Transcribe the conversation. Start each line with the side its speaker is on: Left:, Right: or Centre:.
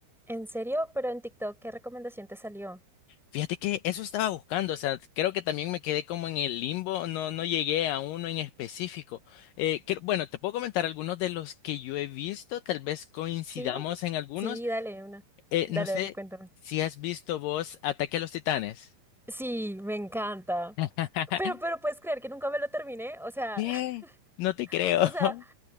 Centre: ¿En serio? Pero en TikTok, ¿qué recomendación te salió?
Left: Fíjate que eso estaba buscando, o sea, creo que también me quedé como en el limbo, no, no llegué a uno en específico. Eh, cre- bueno, te puedo comentar algunos de los que yo he visto, tal vez coincidamos
Centre: Sí,
Left: en algunos.
Centre: sí, dale una.
Left: Eh,
Centre: Dale,
Left: no sé
Centre: dale, cuéntame.
Left: si has visto vos Ataque a los Titanes.
Centre: Sí, me encanta.
Left: <laughs>
Centre: Pero, pero puedes creer que nunca me lo terminé, o sea,
Left: ¿Qué?
Centre: <laughs>
Left: No te creo.
Centre: o
Left: <laughs>
Centre: sea,